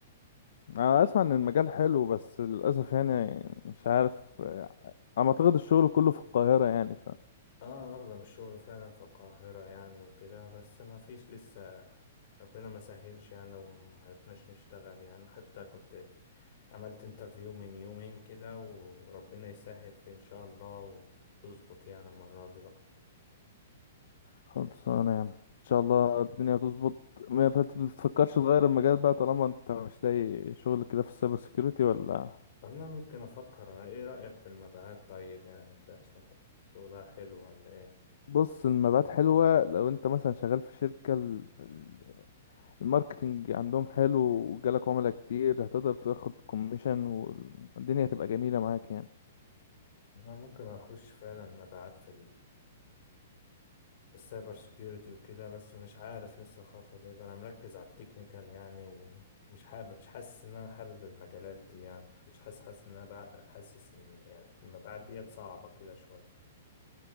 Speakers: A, on the left; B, on the left.
A: انا اسمع ان المجال حلو بس للاسف يعني مش عارف آه، انا اعتقد الشغل كله في القاهرة يعني
B: اه اغلب الشغل فعلا في القاهرة يعني وكده بس ما فيش لسه ربنا ما سهلش يعني ومعرفناش نشتغل يعني حتى كنت عملت انترفيو من يومين كده وربنا يسهل فيه ان شاء الله وتظبط يعني المرة دي بقى
A: خلصانة يا عم ان شاء الله الدنيا هتظبط ما فت- ما تفكرش تغير المجال بقى طالما انت مش لاقي شغل كده في السايبر سيكيورتي ولا
B: انا ممكن افكر ايه رأيك في المبيعات طيب يعني ده شغ- شغلها حلو ولا ايه
A: بص المبيعات حلوة لو انت مثلا شغال في شركة ال- ال- الماركتينج عندهم حلو وجالك عملاء كتير هتقدر تاخد كوميشن والدنيا هتبقى جميلة معاك يعني
B: انا ممكن اخش فعلا مبيعات في السايبر سيكيورتي وكده بس مش عارف لسه الخطوة ديت انا مركز على التكنيكال يعني ومش حابب مش حاسس ان انا حابب المجالات دي يعني مش حاسس حاسس ان انا بع- حاسس ان يعني المبيعات ديت صعبة كده شوية